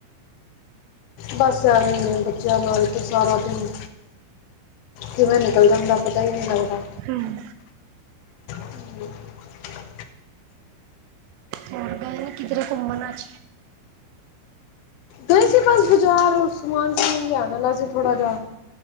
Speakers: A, on the left; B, on the right.
A: ਬਸ ਐਵੇਂ ਨੇ ਬੱਚਿਆਂ ਨਾਲ ਤੇ ਸਾਰਾ ਦਿਨ ਕਿ ਮੈਂ ਨਿਕਲਦਾਦਾ ਪਤਾ ਹੀ ਨਹੀਂ ਲੱਗਦਾ।
B: ਹਮ
A: ਹ
B: ਹੋਰਗਾਏ ਨਾ ਕਿਧਰੇ ਘੁੰਮਣਾ ਚ
A: ਗਏ ਸੀ ਬਸ ਬਾਜ਼ਾਰ ਸਮਾਨ ਸਮੁਨ ਲਿਆਉਣ ਲਾ ਸੀ ਥੋੜਾ ਜਾ।